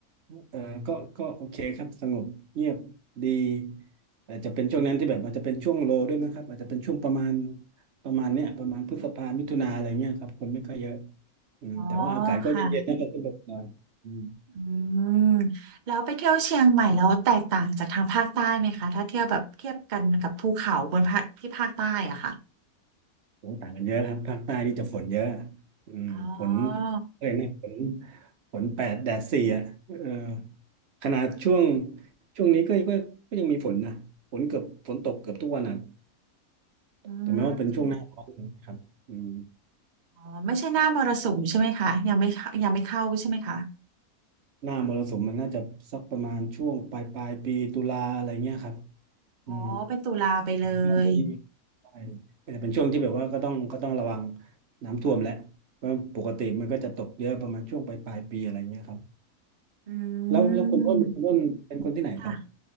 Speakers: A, on the right; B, on the right.
A: เออก็ก็โอเคครับสงบเงียบดีอาจจะเป็นช่วงนั้นที่แบบอาจจะเป็นช่วงโลด้วยมั้งครับอาจจะเป็นช่วงประมาณประมาณเนี้ยประมาณพฤษภามิถุนาอะไรเงี้ยครับคนไม่ค่อยเยอะอืมแต่ว่าอากาศก็เย็นๆนะครับสนุกหน่อยอืม
B: อ๋อค่ะอืมแล้วไปเที่ยวเชียงใหม่แล้วแตกต่างจากทางภาคใต้ไหมคะถ้าเที่ยวแบบเทียบกันกับภูเขาบนภาคที่ภาคใต้อะค่ะ
A: โอ้ต่างกันเยอะครับภาคใต้นี่จะฝนเยอะอืมฝน
B: อ๋อ
A: เลยนะฝนฝนแปดแดดสี่อ่ะเออขนาดช่วงช่วงนี้ก็ก็ก็ยังมีฝนนะฝนเกือบฝนตกเกือบทุกวันอ่ะ
B: อืม
A: แต่แม้ว่าเป็นช่วงหน้าร้อนนะครับอืม
B: อ๋อไม่ใช่หน้ามรสุมใช่ไหมคะยังไม่เข้ายังไม่เข้าใช่ไหมคะ
A: หน้ามรสุมมันน่าจะสักประมาณช่วงปลายปลายปีตุลาอะไรเงี้ยครับ
B: อ๋อเป็นตุลาไปเลย
A: อืมช่วงที่ใช่เป็นช่วงที่แบบว่าก็ต้องก็ต้องระวังน้ำท่วมแหละว่าะปกติมันก็จะตกเยอะประมาณช่วงปลายปลายปีอะไรเงี้ยครับ
B: อื
A: แล้วแล้วคุณอ้นคุณอ้นเป็นคนที่ไหนครับ
B: มค่ะ